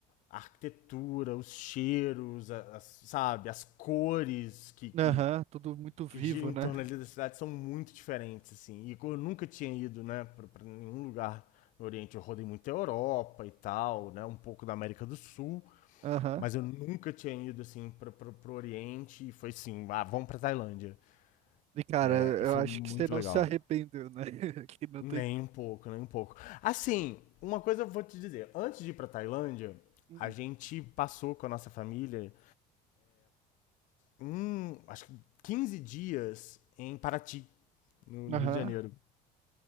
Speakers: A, on the left; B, on the right.
A: a arquitetura, os cheiros, a- as- sabe, as cores que, que
B: Aham, tudo muito vivo,
A: que gira em
B: né?
A: torno ali da cidade são muito diferentes, assim. E eu nunca tinha ido, né, pra, pra nenhum lugar no Oriente. Eu rodei muito a Europa e tal, né, um pouco da América do Sul,
B: Aham.
A: mas eu nunca tinha ido, assim, pra, pra, pro Oriente. E foi assim, ah, vamos pra Tailândia.
B: E, cara,
A: É,
B: eu
A: e foi
B: acho
A: muito
B: que você não
A: legal.
B: se arrependeu, né? <laughs> Que não
A: Nem
B: tem.
A: um pouco, nem um pouco. Assim, uma coisa eu vou te dizer. Antes de ir pra Tailândia,
B: Hum.
A: a gente passou com a nossa família, um, acho que 15 dias em Paraty, no, no
B: Aham.
A: Rio de Janeiro.